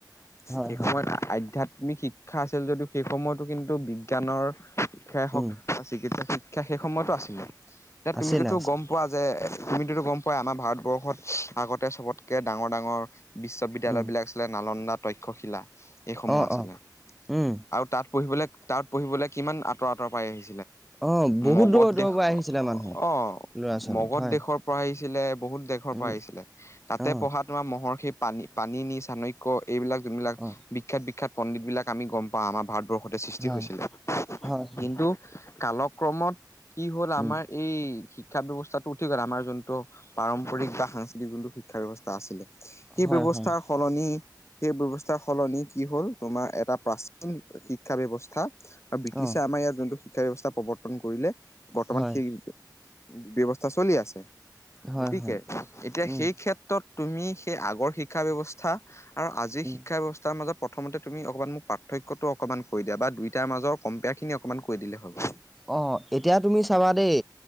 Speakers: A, in the centre; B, on the left (about 40°).
A: হয়
B: সেই
A: হয়
B: সময়ত আধ্যাতিক শিক্ষা আছিল যদিও সেই সময়তো কিন্তু বিজ্ঞানৰ শিক্ষাই
A: উম
B: চিকিৎসা শিক্ষা সেই সময়তো আছিলে এতিয়া
A: আছিলে
B: তুমিতোগম
A: আছিলে
B: পোৱা যে তুমিতো গম পোৱাাই আমাৰ ভাৰতবৰ্ষত আগতে চবতকে ডাঙৰ ডাঙৰ বিশ্ববিদ্যালয়বিলাক
A: উম
B: আছিলে নালন্দা তক্ষশিলা এইসমূহ
A: অ
B: আছিলে
A: অ উম
B: আৰু তাত পঢ়িবলৈ তাত পঢ়িবলৈ কিমান আঁতৰ আঁতৰ পাই আহিছে
A: অ বহুত
B: মগধ
A: দূৰৰ দূৰৰ
B: দেশ
A: পৰা আহিছিলে মানুহ
B: অ
A: ল'ৰা ছোৱালী
B: মগধ
A: হয়
B: দেশৰ পৰা আহ ছিলে বহুত দেশৰ পৰা
A: উম
B: আহিছিলে তাতে
A: অ
B: পঢ়াত তোমাৰ মহৰ সেই পানী পানী নি চানক্য এইবিলাক যোনবিলাক
A: অ
B: বিখ্যাত বিখ্যাত পণ্ডিত বিলাক আমি গম পাওঁ আমাৰ ভাৰত বৰ্ষতে সৃষ্টি
A: হয়
B: হৈছিলে
A: হয় হয়
B: কিন্তু কালক্ৰমত কি হ'ল
A: উম
B: আমাৰ এই শ শিক্ষা ব্যৱস্থাটো ঠিক আমাৰ যোনটো পাৰম্পৰিক বা সাংস্কৃতিক যোনটো শিক্ষা ব্যৱস্থা আছিল সেই
A: হয়
B: ব্যৱস্থাৰ
A: হয়
B: সলনি সেই বেৱস্থাৰ সলনি কি হ'ল তোমাৰ এটা প্ৰাচীন শিক্ষা বেৱস্থা ব্ৰিটিছ
A: অ
B: যোনটো শিক্ষা ব্যৱস্থা প্ৰৱৰ্তন কৰিলে বৰ্তমান
A: হয়
B: সেই বেৱস্থা চলি আছে
A: হয়
B: গতিকে
A: হয়
B: এতিয়া
A: উম
B: সেই ক্ষেত্ৰত তুমি সেই আগৰ শিক্ষা বেৱস্থা আৰু আজিৰ
A: উম
B: শিক্ষা ব্যৱস্থাৰ মাজত প্ৰথমতে তুমি অকণমান মোক পাৰ্থক্যটো অকণমান কৈ দিয়া বা দুইটাৰ মাজৰ কম্পেয়াৰখিনি অকণমান কৈ দিলেই হৈ গ'ল
A: আহ এতিয়া তুমি চাবা দেই